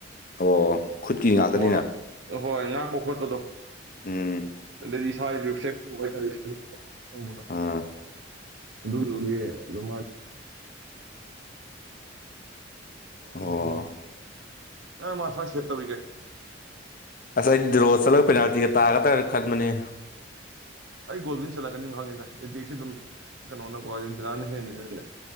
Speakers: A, on the left (about 50°); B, on the right (about 80°).
A: ꯑꯣ ꯈꯨꯠꯀꯤ ꯉꯥꯛꯇꯅꯤꯅ
B: ꯕꯣꯜ ꯍꯣꯏ ꯉꯥꯛꯄ ꯈꯣꯠꯄꯗꯣ
A: ꯎꯝ
B: ꯑꯗꯩꯗꯤ ꯏꯁꯋꯥꯏꯗ ꯁꯦ ꯍꯥꯏꯇꯥꯔꯦ ꯎꯗ
A: ꯑꯥ
B: ꯑꯗꯨꯒ ꯑꯗꯨꯣ
A: ꯑꯣ
B: ꯃꯥꯁ ꯑ ꯃꯥꯁ ꯁꯦ ꯇ ꯍꯧꯒꯦ
A: ꯉꯁꯥꯏ ꯗꯤꯔꯣ ꯆꯠꯂꯒ ꯄꯦꯅꯥꯜꯇꯤꯒ ꯇꯥꯒꯗ꯭ꯔꯅ ꯈꯟꯕꯅꯤ
B: ꯑꯩ ꯒꯣꯜꯗ ꯆꯠꯂꯛꯀꯅꯤ ꯈꯪꯉꯦꯗ ꯑꯦꯇꯦꯛꯁꯤꯦ ꯑꯗꯨꯝ ꯀꯩꯅꯣꯅꯀꯣ ꯍꯦ